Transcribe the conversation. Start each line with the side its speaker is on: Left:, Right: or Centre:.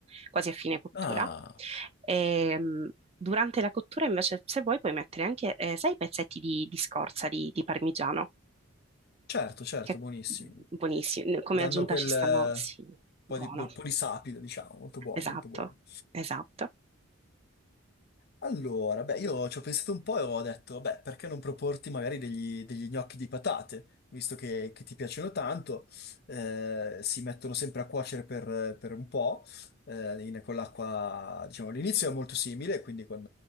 Right: quasi a fine cottura.
Left: Ah,
Right: Ehm, durante la cottura, invece, se vuoi, puoi mettere anche, eh, sai, i pezzetti di, di scorza di, di parmigiano,
Left: certo, certo,
Right: che è
Left: buonissimi.
Right: buonissimo. Come
Left: Danno
Right: aggiunta
Left: quel
Right: ci stanno,
Left: eh,
Right: sì, buono.
Left: po' di, po' di sapido, diciamo, molto buono,
Right: Esatto,
Left: molto buono.
Right: esatto.
Left: Allora, beh, io ci ho pensato un po' e ho detto, beh, perché non proporti magari degli, degli gnocchi di patate, visto che, che ti piacciono tanto, eh, si mettono sempre a cuocere per, per un po', eh, in- con l'acqua, diciamo, all'inizio è molto simile, quindi con